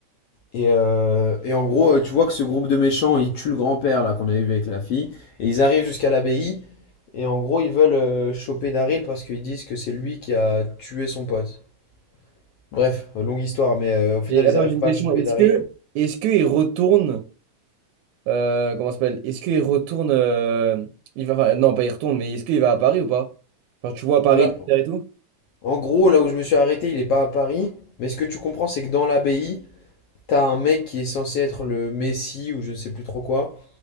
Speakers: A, on the left (about 75°); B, on the right (about 80°).
A: Et, euh, et en gros, euh, tu vois que ce groupe de méchants, ils tuent le grand-père, là, qu'on avait vu avec la fille. Et ils arrivent jusqu'à l'abbaye. Et en gros, ils veulent euh, choper Daryl parce qu'ils disent que c'est lui qui a tué son pote. Bref, longue histoire, mais euh, au final,
B: Et attends,
A: ils n'arrivent
B: j'ai une
A: pas
B: question.
A: à choper
B: Est-ce
A: Daryl.
B: que est-ce qu'il retourne euh, comment ça s'appelle? Est-ce qu'il retourne euh, il va enfin, non, pas il retourne, mais est-ce qu'il va à Paris ou pas? Genre tu vois Paris
A: Là,
B: et tout?
A: en gros, là où je me suis arrêté, il n'est pas à Paris. Mais ce que tu comprends, c'est que dans l'abbaye, t'as un mec qui est censé être le messie ou je ne sais plus trop quoi.